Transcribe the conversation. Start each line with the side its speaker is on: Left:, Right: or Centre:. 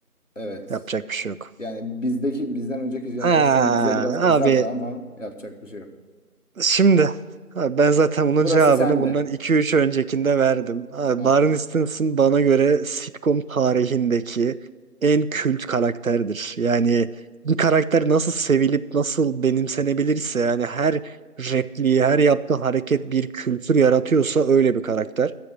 Left: evet.
Right: yapacak bir şey yok.
Left: Yani bizdeki bizden önceki jenerasyon
Right: Aa,
Left: bize biraz kızardı
Right: abi
Left: ama yapacak bir şey yok.
Right: Şimdi abi ben zaten bunun
Left: Burası
Right: cevabını
Left: sende.
Right: bundan iki üç öncekinde verdim. Abi
Left: Ha.
Right: Barney Stinson bana göre sitcom tarihindeki en kült karakterdir. Yani bir karakter nasıl sevilip nasıl benimsenebilirse yani her repliği, her yaptığı hareket bir kültür yaratıyorsa öyle bir karakter.